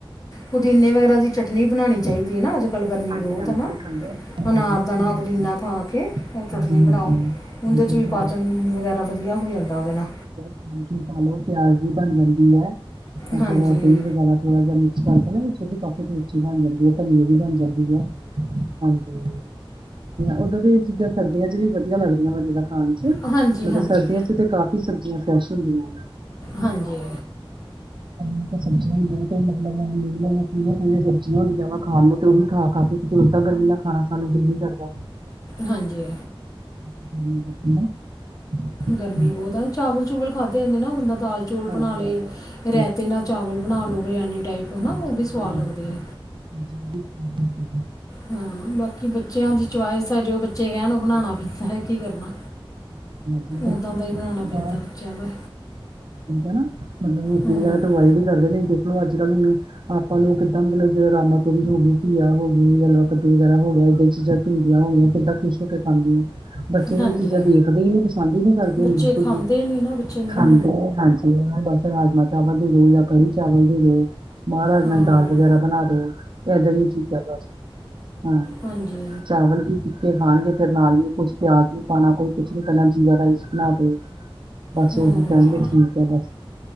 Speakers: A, on the left; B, on the right.
A: ਪੁਦੀਨੇ ਵਗੈਰਾ ਦੀ ਚਟਨੀ ਬਣਾਉਣੀ ਚਾਹੀਦੀ ਐ ਨਾ, ਅੱਜ ਕੱਲ ਗਰਮੀ
B: ਹਾਂਜੀ
A: ਬਹੁਤ
B: ਹਾਂਜੀ
A: ਐ ਨਾ,
B: ਉਹ ਠੰਡੇ ਹੁੰਦੇ ਆ
A: ਅਨਾਰਦਾਣਾ
B: ਹਾਂਜੀ ਹਾਂਜੀ
A: ਪੁਦੀਨਾ ਪਾ ਕੇ, ਉਹ ਚਟਨੀ
B: ਹਾਂਜੀ
A: ਬਣਾਓ।
B: ਹਾਂਜੀ
A: ਉਹਦੇ
B: ਹਾਂਜੀ
A: ਚ ਵੀ
B: ਥੋੜਾ
A: ਪਾਚਨ ਵਗੈਰਾ ਵਧੀਆ ਹੋ ਜਾਂਦਾ ਉਹਦੇ ਨਾਲ
B: ਅੰਬਚੂਰ ਲੋ ਪਿਆਜ ਵੀ ਬਣ ਜਾਂਦੀ ਐ, ਮਤਲਬ
A: ਹਾਂਜੀ
B: ਦਹੀਂ ਵਗੈਰਾ ਥੋੜਾ ਜਿਹਾ ਮਿਕਸ ਕਰਦਾ ਨਾ ਛੋ ਕਕੇ ਮੀ ਬਣ ਜਾਂਦੀ ਹੈ ਤਾਂ ਬਣ ਦੀ ਹੈ ਹਾਂਜੀ ਉਦਾਂ ਦੀਆ ਚੀਜ਼ਾਂ ਸਰਦੀਆਂ ਚ ਵਧੀਆ ਲੱਗਦੀਆਂ ਵਾ ਜਦਾ ਖਾਣ ਚ।
A: ਹਾਂਜੀ
B: ਮਤਬ
A: ਹਾਂਜੀ
B: ਸਰਦੀਆਂ ਚ ਤੇ ਕਾਫੀ ਸਬਜ਼ੀਆਂ ਫਰੈਸ਼ ਹੁੰਦੀਆਂ
A: ਹਾਂਜੀ।
B: ਪ ਤਾਂ <unintelligible> ਸਬਜ਼ੀਆਂ ਵੀ ਬਹੁਤ ਮਤਲਬ ਮਿਲਦੀ ਹੀਆਂ ਕਿਹੜੀਆਂ ਕਿਹੜੀਆਂ ਸਬਜ਼ੀਆਂ ਹੁੰਦੀਆਂ ਵਾ ਖਾਣ ਨੂੰ ਤੇ ਉਹ ਹੀ ਖਾ ਖਾ ਕੇ, ਗਰਮੀ ਨਾਲ ਖਾਣਾ ਸਾਨੂੰ ਦਿਲ ਨੀ ਕਰਦਾ
A: ਹਾਂਜੀ
B: <inaudible>
A: ਗਰਮੀ
B: ਹਮ,
A: ਬਹੁਤ ਐ, ਚਾਵਲ ਚੂਵਲ ਖਾਧੇ ਜਾਂਦੇ ਨਾ, ਬੰਦਾ ਦਾਲ ਚੌਲ
B: ਹਾਂਜੀ
A: ਬਣਾ ਲਏ,
B: ਹਾਂਜੀ
A: ਰਾਇਤੇ
B: ਹਾਂਜੀ।
A: ਨਾਲ ਚਾਵਲ ਬਣਾ ਲੋ ਬਰਿਆਨੀ ਟਾਈਪ ਹੈਨਾ,
B: ਹਾਂਜੀ
A: ਉਹ ਵੀ ਸਵਾਦ
B: ਬਿਰਿਆਨੀ
A: ਲੱਗਦੇ
B: ਦਾ
A: ਐ।
B: <unintelligible>
A: ਹੂੰ। ਬਾਕੀ ਬੱਚਿਆਂ ਦੀ ਚੁਆਇਸ ਐ, ਜੋ ਬੱਚੇ ਕਹਿਣ ਉਹ ਬਣਾਣਾ
B: ਹੈ
A: ਪੈਂਦਾ ਐ, ਕੀ ਕਰਨਾ।
B: ਚੀਾਂ
A: ਉਦਾਂ
B: ਖਸ਼ ਹਦਾ
A: ਦਾ ਹੀ ਬਣਾਉਣਾ ਪੈਂਦਾ ਬੱਚਿਆਂ ਦਾ
B: ਹਨਾ ਮਤਲਬ
A: ਹੂੰ
B: ਠਈ <unintelligible> ਕਰਦੇ ਨੇ ਦੇਖਲੋ, ਅੱਜ ਕੱਲ੍ਹ ਹੁਣ ਆਪਾਂ ਲੋਕ ਕਿੱਦਾਂ ਮਤਲਬ ਜਿਹੜਾ ਰਾਮਾ ਤੋੜੀ ਹੋ ਗਈ ਘੀਆ ਹੋ ਲਵਾ ਕੱਦੂ ਵਗੈਰਾ ਹੋ ਗਿਆ, ਏਦਾਂ ਚੀਜ਼ਾਂ ਭਿੰਡੀਆਂ ਹੋਣਗੀਆਂ ਫੇ ਤਾ ਖੁਸ਼ ਹੋ ਕੇ ਖਾਂਦੀਆਂ ਬੱਚੇ
A: ਹਾਂਜੀ
B: ਨੂੰ ਇਹ ਚੀਜ਼ਾਂ ਦੇਖਦੇ ਹੀ ਨਹੀਂ, ਪਸੰਦ ਹੀ ਨਹੀਂ ਕਰਦੇ ਹੁਣ
A: ਬੱਚੇ
B: ਬਿਲਕੁਲ
A: ਖਾਂਦੇ
B: ਵੀ।
A: ਨਹੀਂ ਨਾ ਬੱਚੇ ਨਹੀਂ
B: ਖਾਂਦੇ ਆ ਹਾਂਜੀ, ਉਹ ਬਸ ਰਾਜਮਾਂ ਚਾਵਲ ਦੇ ਦੋ ਜਾਂ ਕੜੀ ਚਾਵਲ ਦੇ ਦੋ। ਮਾਂ ਰਾਜਮਾ
A: ਹਾਂ
B: ਦੀ ਦਾਲ ਵਗੈਰਾ ਬਣਾ ਦੋ, ਏਦਾਂ ਦੀਆਂ ਚੀਜ਼ਾਂ ਬਸ। ਹਾਂ,
A: ਹਾਂਜੀ
B: ਚਾਵਲ ਵੀ ਕੇ ਖਾਣਗੇ ਫੇਰ ਨਾਲ ਵੀ ਕੁਛ ਪਿਆਜ ਨੀ ਪਾਣਾ, ਕੋਈ ਕੁਛ ਨੀ ਕਰਣਾ, ਜੀਰਾ ਰਾਈਸ ਬਣਾ ਦੋ। ਬਸ
A: ਹੂੰ
B: ਉਹੀ ਕਹਿਣਗੇ, ਠੀਕ ਆ ਬਸ,